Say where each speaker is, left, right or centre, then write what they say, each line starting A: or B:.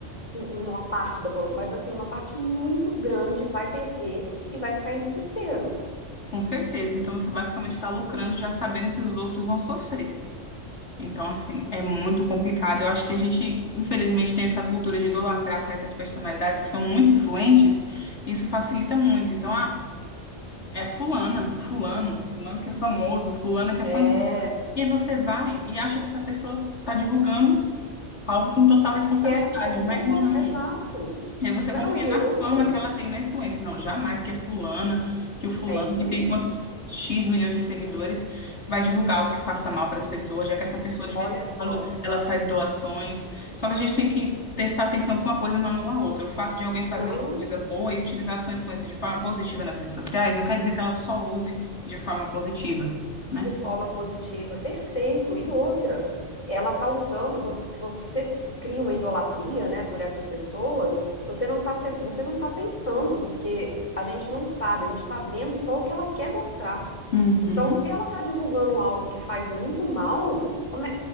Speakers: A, on the left (about 25°); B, on the left (about 60°).
A: um- uma parte da população, mas assim, uma parte muito grande vai perder e vai ficar em desespero.
B: com certeza. Então, você basicamente está lucrando já sabendo que os outros vão sofrer. Então, assim, é muito complicado. Eu acho que a gente, infelizmente, tem essa cultura de idolatrar certas personalidades que são muito influentes. Isso facilita muito. Então, ah, é fulana, fulano, fulano que é famoso, fulana que
A: É,
B: é famosa. E aí você vai e acha que essa pessoa está divulgando algo com total responsabilidade,
A: que é algo
B: mas
A: que é bom,
B: não.
A: exato.
B: E aí você
A: Não,
B: confia
A: e
B: na
A: outra,
B: fama que ela tem na influência. Não, jamais que é fulana, que o fulano
A: é isso
B: que
A: aí.
B: tem quantos X milhões de seguidores vai divulgar algo que faça mal para as pessoas, já que essa pessoa de
A: Olha
B: vez em
A: só,
B: quando ela faz doações. Só que a gente tem que prestar atenção que uma coisa não anula a outra. O fato de alguém fazer
A: não
B: uma coisa boa e utilizar a sua influência de forma positiva nas redes sociais não quer dizer que ela só use de forma positiva, né?
A: de forma positiva, perfeito. E outra, ela tá usando, você, se você cria uma idolatria, né, por essas pessoas, você não tá sendo, você não tá pensando, porque a gente não sabe, a gente tá vendo só o que ela quer mostrar.
B: Uhum,
A: Então, se ela está divulgando algo que faz muito mal, como é-